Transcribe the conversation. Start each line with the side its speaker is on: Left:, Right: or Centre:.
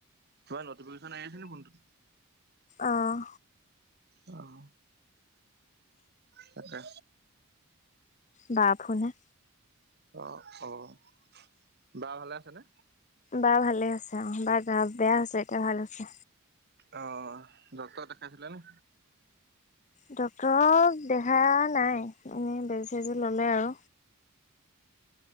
Right: নটিফিকেচনন আহ আ ফোনটো
Left: আহ,
Right: আহ, তাকে
Left: ব ফুন <unintelligible>
Right: অ', অ', বা ভালে আছেনে?
Left: বা ভালে আছে অ', বাৰ বা গা বেয়া হৈছে এতিয়া ভাল হৈছে
Right: অ', ডক্টৰক দেখাইছিলা নে?
Left: ডক্তৰক দেখা নাই এনেই বেজি চেজি ললে আৰু